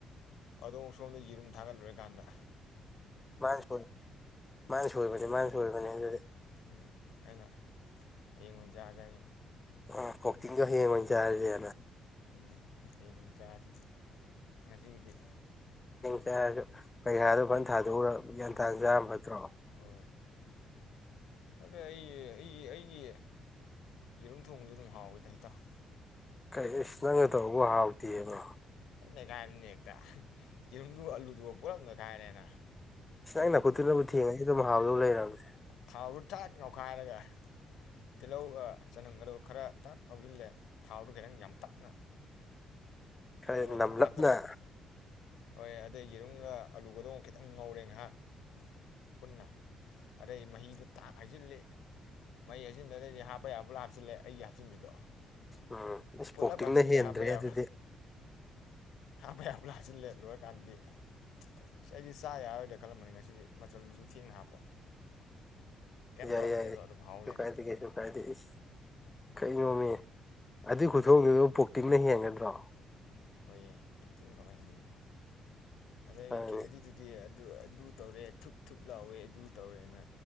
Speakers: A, on the left; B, on the left.
A: ꯑꯗꯣ ꯁꯣꯝꯗ ꯌꯦꯔꯨꯝ ꯊꯥꯒꯠꯂꯨꯔꯀꯥꯟꯗ
B: ꯃꯥꯅ ꯁꯣꯏ ꯃꯥꯅ ꯁꯣꯏꯕꯅꯤ ꯃꯥꯅ ꯁꯣꯏꯕꯅꯤ ꯑꯗꯨꯗꯤ
A: ꯎꯝ ꯑꯩꯅ ꯍꯌꯦꯡ ꯑꯣꯏꯅ ꯆꯥꯔꯁꯤ ꯍꯥꯏꯈꯤꯝꯅꯦ
B: ꯑꯥ ꯀꯣꯛꯀꯤꯡꯗꯨ ꯍꯌꯦꯡ ꯑꯣꯏꯅ ꯆꯥꯔꯤꯁꯦꯅ
A: ꯎꯝ ꯍꯌꯦꯡ ꯑꯣꯏꯅ ꯆꯥꯔꯁꯤ ꯉꯁꯤꯒꯤꯗꯤ
B: ꯌꯥ ꯑꯗꯨ ꯄꯩꯈꯥꯗꯣ ꯐꯖꯅ ꯊꯥꯗꯣꯛꯎꯔꯒ ꯒ꯭ꯌꯥꯟ ꯇꯥꯅ ꯆꯥꯅ ꯅꯠꯇ꯭ꯔꯣ
A: ꯍꯣꯏ ꯑꯗꯨꯗ ꯑꯩ ꯑꯩꯒꯤ ꯑꯩꯒꯤ ꯌꯦꯔꯨꯝ ꯊꯣꯡꯕꯗ ꯑꯗꯨꯝ ꯍꯥꯎꯋꯦꯗ ꯏꯇꯥꯥꯎ꯫
B: ꯀꯩꯁ ꯅꯪꯅ ꯇꯧꯕꯕꯨ ꯍꯥꯎꯇꯦꯕꯣ
A: ꯑ ꯅꯩꯈꯥꯏꯕꯅꯤ ꯍꯦꯛꯇ ꯌꯦꯔꯨꯝꯗꯨꯒ ꯑꯂꯨꯗꯨꯒ ꯄꯨꯂꯥꯞ ꯅꯣꯏꯈꯥꯏꯔꯦꯅ
B: ꯅꯪ ꯅꯈꯨꯠꯇꯨꯅꯕꯨ ꯊꯦꯡꯉꯅꯤ ꯑꯗꯨꯝ ꯍꯥꯎꯗꯧ ꯂꯩꯔꯝꯅꯦ꯫
A: ꯊꯥꯎꯗꯨ ꯊꯠ ꯉꯧꯈꯥꯏꯔꯒ ꯇꯤꯜꯍꯧꯒ ꯆꯅꯝꯒꯗ ꯈꯔ ꯇꯥꯛ ꯉꯥꯎꯁꯤꯜꯂꯦ ꯊꯥꯎꯗꯣ ꯈꯤꯇꯪ ꯌꯥꯝ ꯇꯛꯅ
B: ꯈꯔ
A: ꯑꯗꯨꯒ
B: ꯅꯝꯂꯞꯅ
A: ꯊꯥꯛ ꯍꯥꯞꯆꯤꯜꯂꯒ ꯍꯣꯏ ꯑꯗꯩ ꯌꯦꯔꯨꯝꯒ ꯑꯂꯨꯒꯗꯣ ꯑꯃꯨꯛ ꯈꯤꯇꯪ ꯉꯧꯔꯦ ꯉꯍꯥꯛ ꯄꯨꯟꯅ ꯑꯗꯩ ꯃꯍꯤꯗꯨꯣ ꯇꯥꯛ ꯍꯩꯖꯤꯜꯂꯤ ꯃꯍꯤ ꯍꯩꯖꯤꯟꯗꯨꯗꯩꯗꯤ ꯍꯥꯞꯄ ꯌꯥꯕ ꯄꯨꯂꯞ ꯍꯥꯞꯆꯤꯜꯂꯦ ꯑꯩꯒꯤ ꯍꯥꯞꯆꯤꯟꯕꯤꯗꯣ꯫
B: ꯎꯝ ꯑꯁ
A: ꯄꯨꯂꯞ
B: ꯄꯣꯛꯇꯤꯛꯅ
A: ꯍꯥꯞꯆꯤꯜꯂꯦ
B: ꯍꯦꯟꯗ꯭ꯔꯦꯍꯦ
A: ꯍꯥꯞꯄ ꯌꯥꯕ
B: ꯑꯗꯨꯗꯤ꯫
A: ꯍꯥꯞꯄ ꯌꯥꯕ ꯍꯥꯞꯆꯜꯂꯦ ꯂꯣꯏꯔꯀꯥꯟꯗꯗꯤ ꯑꯁ ꯑꯩꯗꯤ ꯆꯥ ꯌꯥꯔꯣꯏꯗ꯭ꯔꯥ ꯈꯜꯂꯝꯕꯅꯤ ꯉꯁꯤꯗꯤ ꯃꯆꯜꯗꯨꯁꯨ ꯊꯦꯡꯅ ꯍꯥꯞꯄ꯫ ꯀꯩꯝ
B: ꯌꯥꯏ
A: ꯇꯧꯔꯝꯗꯦ
B: ꯌꯥꯏ ꯌꯥꯏ
A: ꯑꯗꯣ ꯑꯗꯨꯝ ꯍꯥꯎ
B: ꯀꯩꯁꯨ
A: ꯂꯩꯔꯝꯃꯦ
B: ꯀꯥꯏꯗꯦ ꯀꯩꯁꯨ ꯀꯥꯏꯗꯦ ꯏꯁ ꯀꯩꯅꯣꯃꯦ ꯑꯗꯨꯏ ꯈꯨꯊꯣꯡꯗꯨꯗ ꯄꯣꯛꯇꯤꯡꯅ ꯍꯦꯟꯒꯗ꯭ꯔꯣ꯫
A: ꯍꯣꯏꯍꯦ ꯄꯣꯛꯇꯤꯡ ꯀꯃꯥꯏꯅ ꯍꯦꯟꯗꯣꯏꯅꯣ꯫ ꯑꯗꯩ
B: ꯑꯗꯨꯅꯤ
A: ꯀꯩꯅꯦꯗꯤꯗꯨꯗꯤ꯫ ꯑꯗꯨ ꯑꯗꯨ ꯇꯧꯔꯦ ꯊꯨꯞ ꯊꯨꯞ ꯂꯥꯎꯋꯦ ꯑꯗꯨ ꯇꯧꯔꯦꯅ